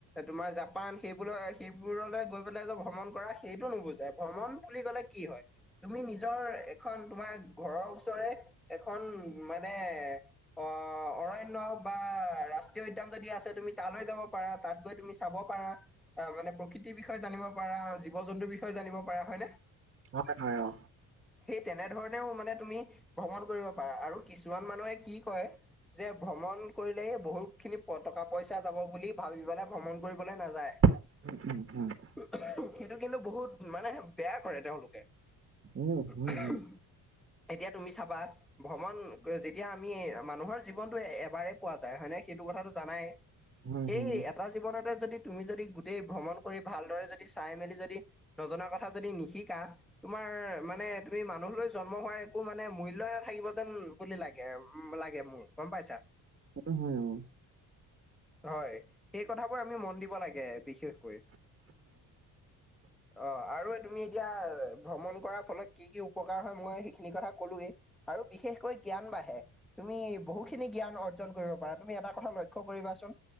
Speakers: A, in the centre; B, on the right.
A: তোমাৰ জাপান সেইবোৰ সেইবোৰলৈ গৈ পেলাই যে ভ্ৰমণ কৰা সেইটো নুবুজাই ভ্ৰমণ বুলি ক'লে। কি হয় তুমি নিজৰ এখন তোমাৰ ঘৰৰ ওচৰে এখন। মানে। অ অৰণ্য বা ৰাষ্ট্ৰীয় উদ্যান যদি আছে তুমি তালৈ যাব পাৰা তাত গৈ তুমি। চাব পাৰা অ মানে প্ৰকৃতিৰ বিষয়ে জানিব পাৰা জীৱ জন্তুৰ বিষয়ে জানিব পাৰা হয় নে।
B: হয় হয় অ।
A: সেই তেনেধৰণেও মানে তুমি ভ্ৰমণ কৰিব পাৰা আৰু কিছুমান মানুহে কি কয়। যে ভ্ৰমণ কৰিলে বহুত খিনি টকা-পইচা যাব বুলি ভাবি পেলাই ভ্ৰমণ কৰিবলৈ নাযায়।
B: <unintelligible>
A: অ হু সেইটো কিন্তু বহুত মানে বেয়া কৰে তেওঁলোকে।
B: উম, উম।
A: অ হু এতিয়া তুমি চাবা ভ্ৰমণ। যেতিয়া আমি মানুহৰ জীৱনটো এবাৰে পোৱা যায় হয় ন সেইটো কথাটো জানাই।।
B: হয়,
A: সেই
B: হয়,
A: এটা জীৱনতে যদি তুমি যদি গোটেই ভ্ৰমণ কৰি ভালদৰে যদি চাই মেলি যদি। নজনা কথা যদি নিশিকা। তোমাৰ মানে তুমি মানুহলৈ জন্ম হোৱাৰ একো মানে মূল্যই নাথাকিব যেন। বুলি লাগে উম লাগে মোৰ গম পাইছা।
B: অ, হয় অ।
A: হয়, সেই কথাবোৰ আমি মন দিব লাগে বিশেষকৈ। অ, আৰু তুমি এতিয়া। ভ্ৰমণ কৰাৰ ফলত কি কি উপকাৰ হয় মই সেইখিনি কথা ক'লোৱেই আৰু বিশেষকৈ। জ্ঞান বাঢ়ে তুমি বহুখিনি জ্ঞান অৰ্জন কৰিব পাৰা তুমি এটা কথা লক্ষ্য কৰিবাচোন।